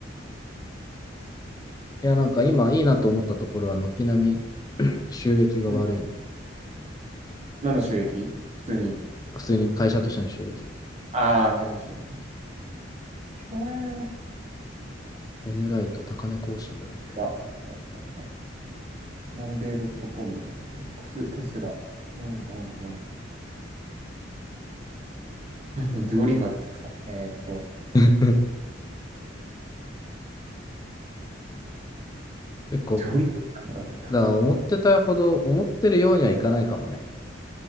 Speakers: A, on the left (about 20°); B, on the right (about 35°).
A: いや、なんか今いいなと思ったところは、軒並み収益が悪いな。
B: うん何の収益普通に。
A: 普通に会社としての収益。
B: ああ、会社収益。ひょえー。
A: N ライト高値更新だな、これも。
B: あはいマンデー .com、ボックス、テスラ。うんうんうん。<laughs> デュオリンゴが出てくさ。えーっと、
A: <laughs> 結構、
B: デュオリンゴって何だってんだ。
A: だから思ってたほど、思ってるようにはいかないかもね。